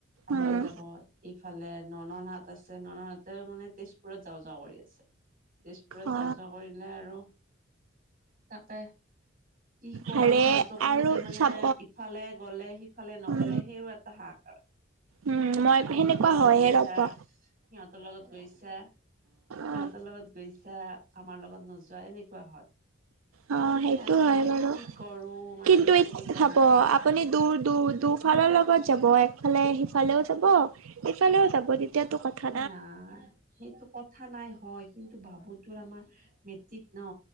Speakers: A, on the right (about 45°); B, on the right (about 85°).
A: আহিলে
B: উম
A: যাব এই ইফালে ননদহঁত আছে নননহঁতেও মানে তেজপুৰত যাওঁ যাওঁ কৰি আছে তেজপুৰত
B: অ
A: যাওঁ যাওঁ কৰিলে আৰু তাকে কি কৰো
B: হাৰে
A: সিহঁতকো
B: আৰু
A: এতিয়া মানে
B: চাব
A: ইফালে গলে সিফালে নগলে
B: উম
A: সেইও এটা হাহাকাৰ
B: উম মই
A: অ'
B: সেনেকুৱা
A: সিহঁতৰ লগত
B: হয়হে
A: গৈছা
B: ৰ'ব অ
A: সিহঁতৰ লগত গৈছা সিহঁতৰ
B: অ
A: লগত গৈছা আমাৰ লগত নোযোৱা এনেকুৱা হয়
B: অ'
A: সেইকাৰণে
B: সেইটো হয়
A: এতিয়া
B: বাৰু
A: কি কৰো মানে
B: কিন্তু এই
A: তেনেকুৱা
B: হ'ব
A: হৈছে মোৰ
B: আপুনি দূৰ দূৰ দূফালৰ লগত যাব একফালে সিফালেও যাব তেতিয়াতো কথা
A: নাই সেইটো কথা নাই হয় কিন্তু বাবু তোৰ আমাৰ মেট্ৰিক ন